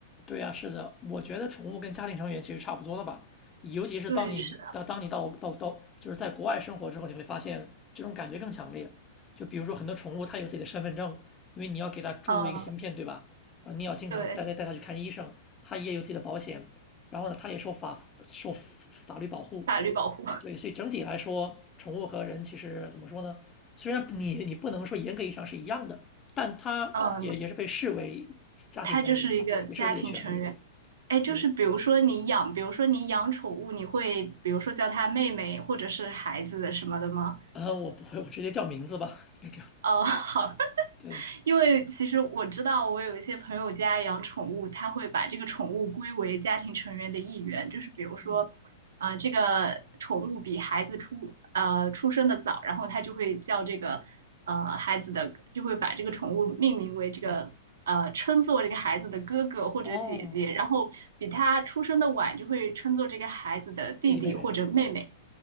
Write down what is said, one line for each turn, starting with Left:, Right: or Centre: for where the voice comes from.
Left: 对呀，是的，我觉得宠物跟家庭成员其实差不多的吧，尤其是当你到当你到到到就是在国外生活之后，
Right: 对，是的，
Left: 你会发现这种感觉更强烈。就比如说很多宠物它有自己的身份证，因为你要给它注入一个芯片，
Right: 嗯，
Left: 对吧？然后你要经常带带带它去看医生，
Right: 对，
Left: 它也有自己的保险，然后呢，它也受法受法律保护，
Right: 法律保护。
Left: 对，所以整体来说，宠物和人其实怎么说呢？虽然你你不能说严格意义上是一样的，但它也也是被视为家庭成员，
Right: 嗯，他就是一个家庭成员。
Left: 也是有自己的权利。对，
Right: 哎，就是比如说你养，
Left: 对，
Right: 比如说你养宠物，你会比如说叫他妹妹或者是孩子的什么的吗？
Left: 呃，我不会，我直接叫名字吧，应该这样。
Right: 哦，好，<laughs>
Left: 对，
Right: 因为其实我知道，我有一些朋友家养宠物，他会把这个宠物归为家庭成员的一员，就是比如说，
Left: 嗯，
Right: 呃，这个宠物比孩子出呃出生的早，然后他就会叫这个呃孩子的，就会把这个宠物命名为这个呃称作这个孩子的哥哥或者姐姐，
Left: 哦，
Right: 然后比他出生的晚，就会称作这个孩子的弟弟或者妹妹。
Left: 弟弟妹妹这样